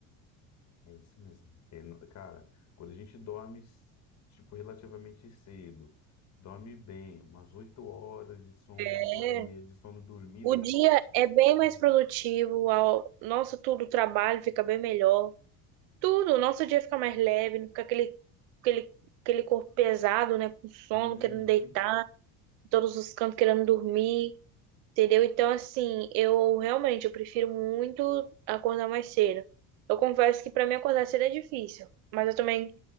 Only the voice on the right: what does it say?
É,
O dia
é bem
mais produtivo,
ao... nossa, tudo, o trabalho fica bem melhor. Tudo, o nosso dia fica mais leve, não fica aquele, aquele, aquele corpo pesado, né? Com sono,
querendo deitar,
em todos os cantos querendo dormir, entendeu? Então, assim, eu realmente eu prefiro muito acordar mais cedo. Eu confesso que pra mim acordar cedo é difícil, mas eu também